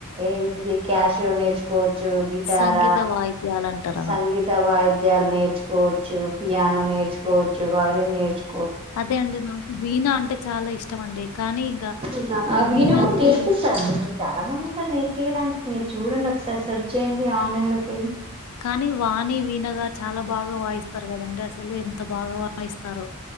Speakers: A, on the right; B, on the left.
A: ఏంటిది క్యాష్ నేర్చుకోవ చ్చు గిటార
B: సంగీత వాయిద్యాలంటారా?
A: సంగీత వాయి ధ్యాలూ నేర్చుకోవచ్చు పియానో నేర్చుకోవచ్చు వయోలిన్ నేర్చు
B: అదే అండి నాకు వీనా అంటే చాలా ఇష్ ఇష్టమండి కానీ ఇంక
A: ఇంకా
B: ఆ
A: అ వీణ
B: వీణకి
A: కూడా నేర్పిస్తారు చాలా మంది ఉంటరు నేర్పియడానికి మీరు చూడండి ఒకసారి సెర్చ్ చేయండి ఆన్లైన్ లోకి కేళ్ళి
B: కానీ వాణి వీనగా చాలా బాగా వాయిస్తారు కదండి అసలు ఎంత బాగా వాయిస్తారో